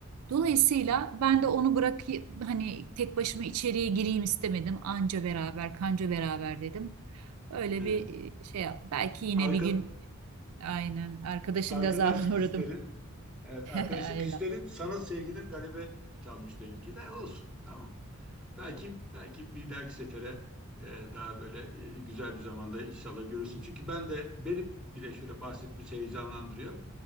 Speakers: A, on the right; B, in the centre.
A: Dolayısıyla ben de onu bırak hani tek başıma içeriye gireyim istemedim. Anca beraber, kanca beraber dedim. Öyle
B: Evet.
A: bir e, şey yap. Belki yine
B: Arka,
A: bir gün aynen arkadaşın
B: arkadaşlık
A: gazabına
B: hislerin,
A: uğradım.
B: evet,
A: <laughs>
B: arkadaşlık
A: Ayla.
B: hislerin sanat sevgine galebe çalmış demek ki de olsun. Tamam. Belki belki bir dahaki sefere e, daha böyle e, güzel bir zamanda inşallah görürsün. Çünkü ben de beni bile şöyle bahsetmesi heyecanlandırıyor.